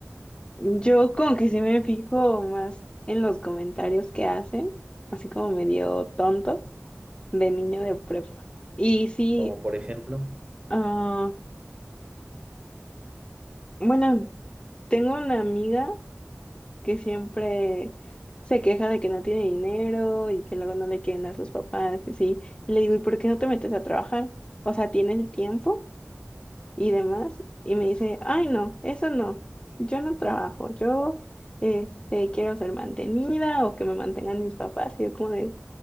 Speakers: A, on the left (about 20°); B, on the right (about 25°).
A: Yo como que sí me fijo más en los comentarios que hacen, así como medio tonto de niño de prepa. Y sí,
B: Como por ejemplo,
A: ah, bueno, tengo una amiga. que siempre se queja de que no tiene dinero y que luego no le quieren dar sus papás, y así. Y le digo, ¿y por qué no te metes a trabajar? O sea, tiene el tiempo y demás. Y me dice, ay, no, eso no, yo no trabajo, yo este, quiero ser mantenida o que me mantengan mis papás. Y yo como de,